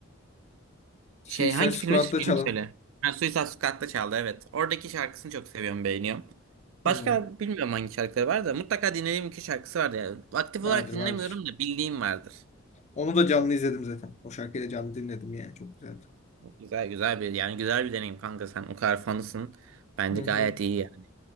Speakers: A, on the left; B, on the right.
A: Suicide
B: Şey hangi
A: Squad'da
B: filmi filmi
A: çalan.
B: söyle. Ha, Suicide Squad'da çaldı evet. Oradaki şarkısını çok seviyorum beğeniyorum.
A: Hı.
B: Başka bilmiyorum hangi şarkıları var da mutlaka dinlediğim iki şarkısı vardı yani. Aktif
A: Vardır
B: olarak dinlemiyorum
A: vardır.
B: da bildiğim vardır.
A: Onu da canlı izledim zaten. O şarkıyı da canlı dinledim yani. Çok güzeldi.
B: Güzel güzel bir yani güzel bir deneyim kanka sen o kadar fanısın. Bence
A: Hı
B: gayet
A: hı.
B: iyi yani.